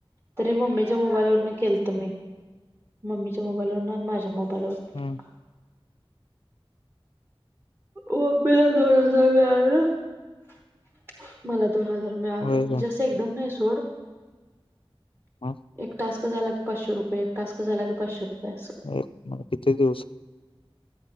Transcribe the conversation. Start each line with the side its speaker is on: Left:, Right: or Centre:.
Right: तरी मम्मीच्या मोबाईल वरन केलत मी मम्मीच्या मोबाईल वरन आणि माझ्या मोबाईल वरन.
Left: हम्म
Right: <unintelligible> ओंबिला दोन हजार मिळाल. <inaudible> मला दोन हजार मिळालं
Left: होय
Right: म्हणजे
Left: काय
Right: असं एकदम नाही सोड <inaudible>
Left: मग
Right: एक टास्क झाला की पाचशे रुपये एक टास्क झाला की पाचशे रुपये. असं
Left: एक म्ह किती दिवस?